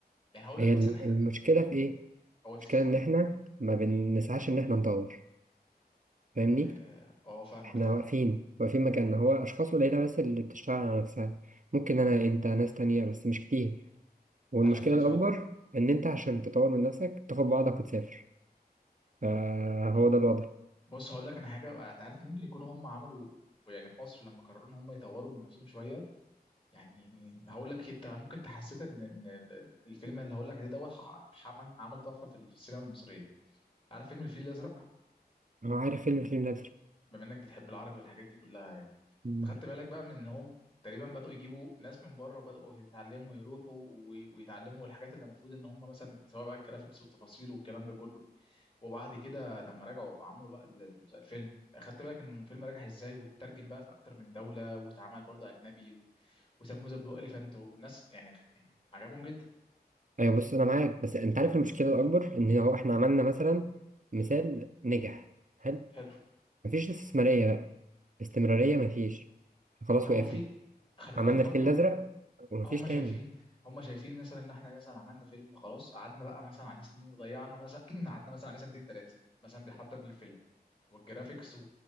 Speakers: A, on the left; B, on the right.
A: يعني هقول
B: هي
A: لك مثلا
B: ال-
A: احنا
B: المشكله في ايه
A: اقول لك
B: المشكله ان احنا ما بنسعاش ان احنا نطور فاهمني
A: اه آه، فاهمك
B: احنا
A: طبعا
B: واقفين واقفين مكاننا هو اشخاص قليله بس اللي بتشتغل على نفسها ممكن انا انت ناس تانية بس مش كتير والمشكلة
A: ده حقيقي
B: الأكبر
A: فعلا
B: إن أنت عشان تطور من نفسك تاخد بعضك وتسافر فهو ده الوضع
A: بص هقول لك انا حاجه انت عارف ممكن يكونوا هم عملوا في- يعني في مصر لما قرروا ان هم يطوروا من نفسهم شويه يعني هقول لك انت ممكن تحسيت ان ان ال- الفيلم اللي هقول لك عليه دوت ح- ح- عمل عمل طفره في السينما المصريه عارف فيلم الفيل الازرق
B: هو عارف فيلم فيلم نازل
A: بما انك بتحب العربي والحاجات دي كلها يعني
B: مم.
A: أنت خدت بالك بقى من ان هم تقريبا بدأوا يجيبوا ناس من بره وبدأوا يتعلموا يروحوا وي- ويتعلموا الحاجات اللي المفروض ان هم مثلا سواء بقى الجرافيكس والتفاصيل والكلام ده كله وبعد كده لما رجعوا عملوا بقى ال- ال- الفيلم خدت بالك ان الفيلم نجح ازاي واترجم بقى في اكتر من دولة واتعمل برضه اجنبي و- وسموه ذا بلو اليفانت والناس يعني يعني عجبهم جدا
B: أيوة بص أنا معاك بس أنت عارف المشكلة الأكبر إن هو إحنا عملنا مثلا مثال
A: أيوه.
B: نجح حلو
A: حلو
B: مفيش استثمارية بقى استمرارية مفيش خلاص
A: هو
B: وقفنا
A: في خلي
B: عملنا
A: بالك برضو
B: الفيل الأزرق ومفيش
A: هم
B: تاني
A: شايفين هم شايفين مثلا ان احنا مثلا عملنا فيلم خلاص قعدنا بقى مثلا عليه سنين وضيعنا مثلا <clears throat> قعدنا مثلا عليه سنتين ثلاثه مثلا بنحضر للفيلم والجرافيكس و...